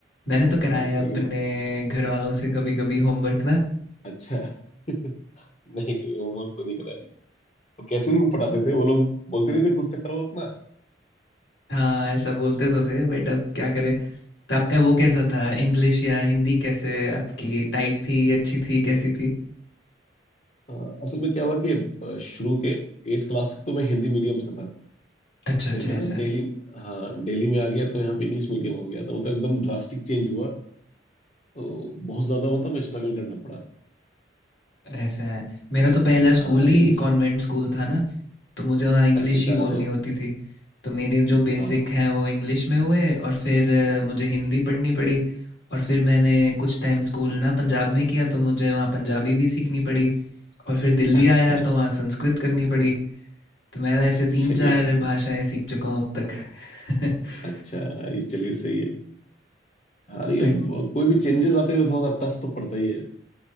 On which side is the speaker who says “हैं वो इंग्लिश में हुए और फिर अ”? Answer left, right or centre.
Left